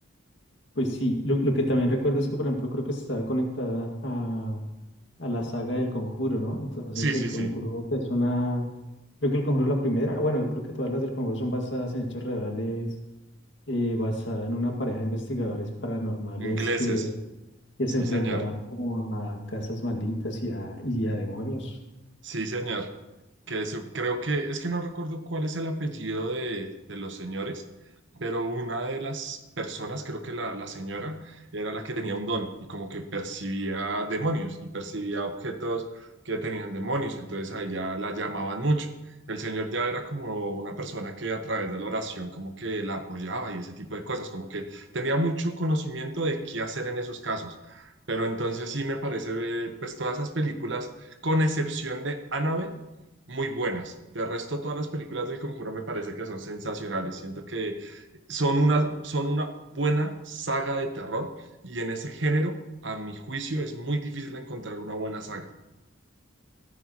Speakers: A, on the left; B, on the right.
A: Pues sí, lo, lo que también recuerdo es que, por ejemplo, creo que está conectada a, a la saga del Conjuro, ¿no? Entonces,
B: Sí, sí,
A: el Conjuro
B: sí.
A: pues, es una. Creo que el Conjuro, es la primera, bueno, creo que todas las del Conjuro son basadas en hechos reales, eh, basada en una pareja de investigadores paranormales
B: Ingleses.
A: que, que
B: Sí,
A: se enfrentaban
B: señor.
A: como a casas malditas y a, y a demonios.
B: Sí, señor. Que su- creo que, es que no recuerdo cuál es el apellido de, de los señores, pero una de las personas, creo que la, la señora, era la que tenía un don y como que percibía demonios y percibía objetos que tenían demonios, entonces a ella la llamaban mucho. El señor ya era como una persona que a través de la oración como que la apoyaba y ese tipo de cosas, como que tenía mucho conocimiento de qué hacer en esos casos. Pero entonces sí me parece, eh, pues todas esas películas con excepción de Annabelle, muy buenas. De resto, todas las películas del Conjuro me parece que son sensacionales. Siento que son una, son una buena saga de terror y en ese género, a mi juicio, es muy difícil encontrar una buena saga.